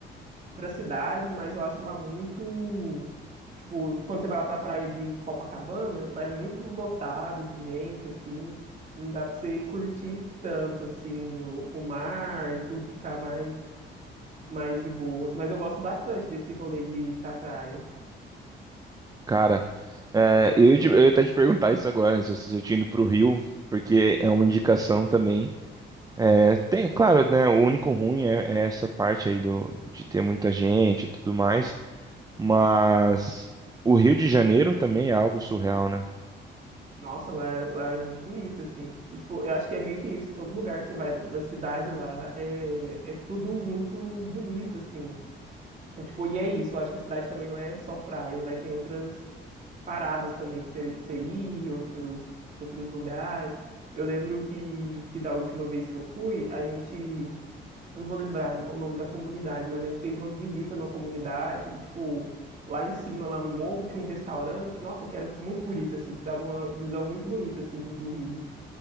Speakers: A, on the right; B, on the right.
A: pra cidade, mas eu acho lá muito, tipo, quando você vai lá pra praia de Copacabana, lá é muito lotado de gente, assim, não dá pra você curtir tanto, assim, o, o mar e tudo, ficar mais mais de boas. Mas eu gosto bastante desse rolê de ir pra praia.
B: Cara, é, eu, ia te- eu ia até te perguntar isso agora, né, se você já tinha ido pro Rio, porque é uma indicação também. É, tem, claro, né, o único ruim é, é essa parte aí do, de ter muita gente e tudo mais, mas o Rio de Janeiro também é algo surreal, né?
A: Nossa, lá, lá é muito bonito, assim. E, tipo, eu acho que é meio que isso. Todo lugar que você vai na cidade lá é, é tudo muito bonito, assim. É, tipo, e é isso. Eu acho que a cidade também não é só praia. Vai ter outras paradas também de você, de você ir, outros, outros lugares. Eu lembro que, que da última vez que eu fui, a gente eu não vou lembrar o nome da comunidade, mas a gente fez uma visita na comunidade e, tipo, lá em cima, lá no morro, tinha um restaurante, nossa, que era muito bonito, assim, que dava uma visão muito bonita, assim, do Rio.